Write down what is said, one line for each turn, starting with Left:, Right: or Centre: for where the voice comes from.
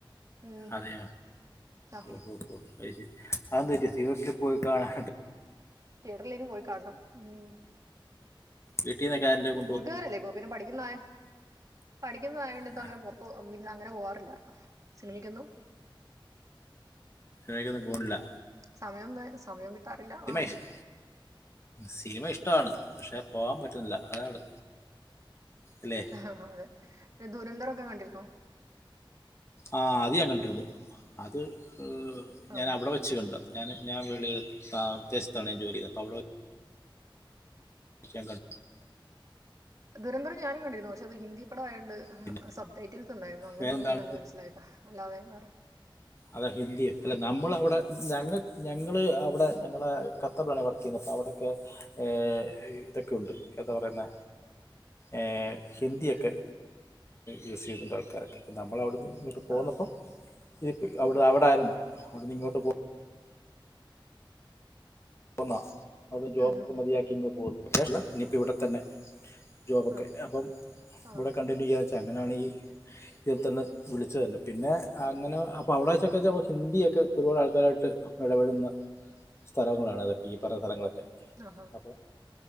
Right: ഉം
Left: അതേ
Right: ആ
Left: ഓഹ് ഹോ ഏ സി അതെന്ത്പറ്റി <unintelligible> പോയി കാണാണ്ട്
Right: തിയേറ്ററിലേന് പോയികാണണം ഉം
Left: വീട്ടീന്നകാരൻ്റെകു
Right: കൂട്ടുകാരല്ലേ ഇപ്പൊ പിന്നെ പഠിക്കുന്നാ പഠിക്കുന്നതായൊണ്ട്
Left: ആ,
Right: ഇപ്പങ്ങനെ പൊറത്ത് പോ പിന്നങ്ങനെ പോവാറില്ല ചെളിക്കുന്നു
Left: ലേക്കൊന്നുംപോണ്ല്ല
Right: സമയംവേ സമയംകിട്ടാറില്ലആഹ്
Left: ഇഷ്- സിനിമ ഇഷ്ട്ടാണ് പക്ഷെ പോകാൻ പറ്റുന്നില്ല അതാണ് അല്ലേ
Right: ആഹ് അതെ പിന്നെ ദുരന്തറക്കെ കണ്ടിരുന്നോ
Left: ആഹ് അത് ഞാൻ കണ്ടിരുന്നു അത്ഉം
Right: ആ
Left: ഞനവടെവെച്ച് കണ്ട ഞാന് ഞാൻ വെളില് ആഹ് വിദേശത്താണ് ഞാൻ ജോലി ചെയ്ത് അപ്പൊ അവടെ വെ ച്ച് ഞാൻ ക
Right: ദുരന്തൊരം ഞാനും കണ്ടിരുന്നു പക്ഷെ അത് ഹിന്ദിപട ആയോണ്ട്
Left: പിന്നെ
Right: സബ്ടൈറ്റിൽസ്ണ്ടായിരുന്നു അങ്ങനെ
Left: വേറെന്താണ്
Right: നോക്കികണ്ട് മനസിലാ അല്ലാതെവേറെ
Left: അത്ഹിന്ദി ഫിലം നമ്മളവടെ ഞങ്ങൾ ഞങ്ങള് അവടെ ഞങ്ങളെ ഖത്തറിലാണ്ഞാൻ വർക്ക്യ്യുന്നത് അപ്പ അവിടെക്കെ ഏഹ് ഇതൊക്കെ ഉണ്ട് എന്താ പറയുന്നെ ഏഹ് ഹിന്ദിയൊക്കെ യൂസ്യ്യുന്നുണ്ട് ആൾക്കാരൊക്കെ നമ്മളവിടെന്ന് ഇങ്ങട്ട് പോന്നപ്പം
Right: ആ
Left: ഇതിപ്പി അവടെ അവിടാരുന്നു അവിടുന്ന് ഇങ്ങോട്ട് പോ പൊന്നാ അവടെ ജോബ്ഒക്കെ
Right: ഉം ഉം ഉം
Left: മതിയാക്കി
Right: ഉം.
Left: ഇങ്ങ് പോന്നു വെക്കേഷല്ല ഇനിയിപ്പോ ഇവിടെത്തന്നെ ജോബൊക്കെ
Right: ആ
Left: അപ്പം
Right: ആ
Left: ഇവിടെ കണ്ടിന്യൂയ്യച്ചാ അങ്ങനാണി ഈ ഇതിൽതന്നെ വിളിച്ച് തന്നെ പിന്നെ അങ്ങനെ അപ്പൊ അവടെച്ചക്കാച്ചാപ്പൊ ഹിന്ദിയൊക്കെ ഒരുപാട് ആൾക്കാരായിട്ട് എടപെടുന്ന മ്പോളാണ് അതൊക്കെ ഈ പറഞ്ഞ സ്ഥലങ്ങളൊക്കെ
Right: ആഹാ.
Left: അപ്പ